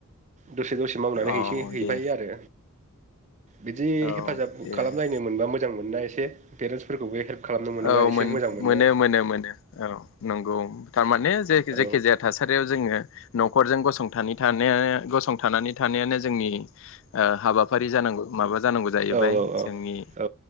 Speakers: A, on the right; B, on the left.
A: दसे दसे मावनानै
B: औ
A: हैसै हैफायो
B: दे
A: आरो बिदि
B: औ
A: हेफाजाब
B: दे
A: खालामलायनो मोनबा मोज मोजां मोननाया एसे पेरेन्टस फोरखौबो हेल्प खालामनो मोनोबा
B: औ
A: एसे
B: मोन
A: मोजां
B: मोनो
A: औ
B: मोनो मोनो औ नंगौ थारमाने जे
A: औ
B: जेखि जाया थासारियाव जोङो न नखरजों गसंथानो गसंथानानै थानायानो जोंनि ओ हाबा फारि जानांगौ माबा जानांगौ जाहैबाय
A: औ औ
B: जोंनि
A: औ